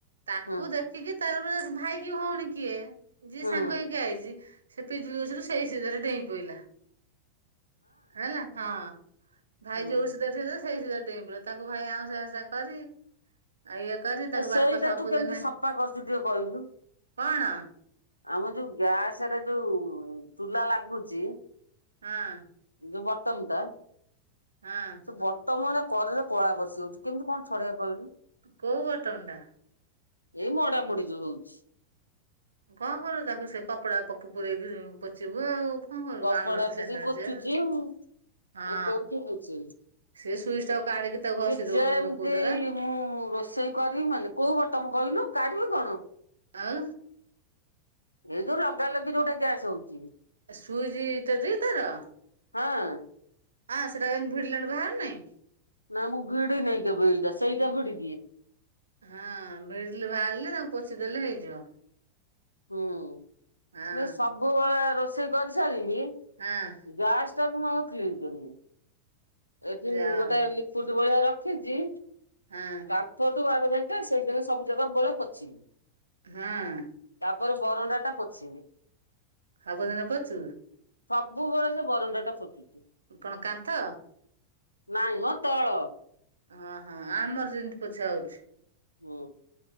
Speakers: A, on the right (about 70°); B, on the left (about 85°).
A: ତାକୁ
B: ହୁଁ
A: ଦେଖ କି ତାର ଭାଇ କି ଭଉଣୀ କିଏ ଯିଏ
B: ହଁ
A: ସାଙ୍ଗ ହେଇକି ଆଇଛି ସେ ପିଜୁଳିଗଛରୁ ସେଇ ସିଧାରେ ଡେଇଁ ପଡିଲା ହେଲା ହଁ ଭାଇ
B: ହୁଁ
A: ଯୋଉ ସିଧା ସେଇସିଧା ଡେଇଁ ପଡି ତାଙ୍କୁ ଭାଇ ଆଉ ସା କରି ଆଉ ଇଏ କରି ତାକୁ
B: ଆ ସେଇଟା
A: ବାପ ସବୁଦିନେ
B: ତୁ କେମିତି ସଫା କରୁଛୁ ଟିକେ କହିଲୁ?
A: କଣ
B: ଆମ ଯୋଉ ଗ୍ୟାସରେ ଯୋଉ ଚୁଲା ଲାଗୁଛି
A: ହଁ
B: <unintelligible>
A: ହଁ
B: ସେ ବର୍ତ୍ତମାନରେ କରେରେ କଳା ବସିଉଛି କେମିତି କଣ ଛଡେଇକବା କହିଲୁ
A: କୋଉ ବତମ୍ ଟା
B: ଏଇ ମଡାମଡି ଯୋଉ ହଉଛି
A: ହଁ ହଁ ତାକୁ ସେ କପଡା ପୂରେଇକି ପୋଚିବୁ ଆଉ ହଁ
B: କପଡା
A: ଆମର ତ ସେଟଛି
B: ସେ ପୋଛୁଛି ଆଉ
A: ହଁ
B: ଆଉ କୋଉଠି ପୋଛିବି
A: ସେ ସୁଇଚ ଟାକୁ କାଢିକି ତାକୁ
B: ସେ
A: ହସି
B: ଯେମିତି
A: ଦଉନୁ ଗୋଟେ କଉତା <unintelligible>
B: ମୁଁ ରୋଷେଇ କରିବି ମାନେ କୋଉ ବର୍ତ୍ତମ କହିଲୁ କାଢିବି କଣ
A: ଅଁ
B: ଏଇ ଯୋଉ ଲଗାଲଗି ଯୋଉଟା ଗ୍ୟାସ ହଉଛି
A: ସୁଇଜ୍ ତେଜିବି ତାର
B: ହଁ
A: ହଁ ସେଇଟା କେମତି ଭିଡ଼ିଲାଣି <unintelligible> ବାାରୁ ନାହିଁ
B: ନାଇଁ ମୁଁ ଭିଡି ନାଇଁ କେବେ ଏଇଟା ସେଇଟା ଭିଡି ଦିଏ।
A: ହଁ ଭିଡ଼ି ବାହାରିଲେ ତାଙ୍କୁ ପୋଛିଦେଲେ ହେଇଯିବ।
B: ହୁଁ
A: ହଁ
B: ସବୁବେଳେ ରୋଷେଇ କରିସାରିକି।
A: ହଁ
B: ଗାସ ଟାକୁ ମୁଁ ଆଉ କି୍ଷଣି କରିବି <inaudible> ଏଠି
A: ଯାଅ
B: ଗୋଟେ ଲିକୁଡି ବଳିଆ ରଖିଛି।
A: ହଁ
B: କାନ୍ଥଠୁ ବାର ଯାଇା ସେଇ ଜିନ ସବୁ ଜାଗା ବେଳେ ପଛିବି
A: ହଁ
B: ତାପରେ ବରଣ୍ଡା ଟା ପୋଛିବି।
A: ହବଦିନ ପଚୁ <unintelligible>
B: ସବୁବେଳେ ସେ ବରଣ୍ଡା ଟା ପୋଛି ଛି।
A: କଣ କାନ୍ତ
B: ମା ମ ତଳ
A: ହଁ ହଁ ଆମର ଯେମତି ପୋଛା ହଉଛି।
B: ହୁ